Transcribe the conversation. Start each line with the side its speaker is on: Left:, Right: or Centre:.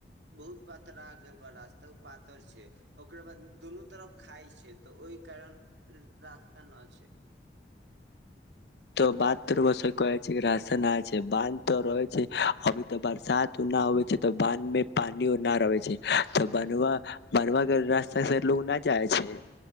Right: बहुत पातरा गेल ब रास्ता ओ पातर छै ओकरा बाद दुनू तरफ खाइ छै तऽ ओहि कारण रास्ता नहि छै
Left: तऽ बात तो कहै छै रास्ता नहि छै बानध तऽ रहै छै अभी तऽ बरसात उ नहि होबै छै तऽ बाँध मे पानी उना रहै छै तऽ बन बन के रास्ता से लोग नहि जाइ छै